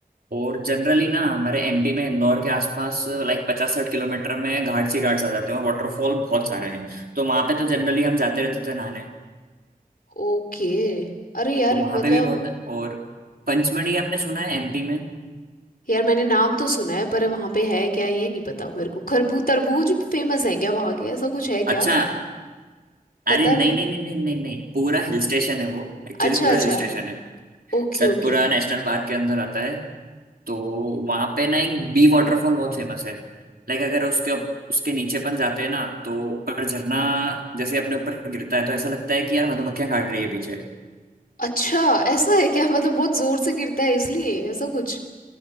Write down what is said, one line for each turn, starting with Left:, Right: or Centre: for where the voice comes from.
Right: और जनरली ना हमारे एमपी में इंदौर के आसपास लाइक पचास साठ किलोमीटर में घाट्स ही घाट्स आ जाते हैं और वाटरफॉल बहुत सारे हैं तो वहां पे तो जनरली हम जाते रहते थे नहाने
Left: ओके अरे यार
Right: तो वहां
Left: मतलब
Right: पे भी बहुत और पंचमढ़ी आपने सुना है एमपी में
Left: यार मैंने नाम तो सुना है पर वहां पे है क्या ये नहीं पता मेरे को खरबूज तरबूज फेमस है क्या वहां के ऐसा कुछ है क्या
Right: अच्छा
Left: पता
Right: अरे नहीं
Left: नहीं
Right: नहीं नहीं नहीं नहीं नहीं पूरा हिल स्टेशन है वो एक्चुअली
Left: अच्छा
Right: पूरा
Left: अच्छा
Right: हिल स्टेशन है
Left: ओके
Right: सतपुरा
Left: ओके
Right: नेशनल पार्क के अंदर आता है तो वहां पे ना एक बी वाटरफॉल बहुत फेमस है लाइक अगर उसके उसके नीचे अपन जाते हैं ना तो ऊपर झरना जैसे अपने ऊपर गिरता है तो ऐसा लगता है कि यार मधुमक्खियां काट रही है पीछे
Left: अच्छा ऐसा है क्या मतलब बहुत जोर से गिरता है इसलिए ऐसा कुछ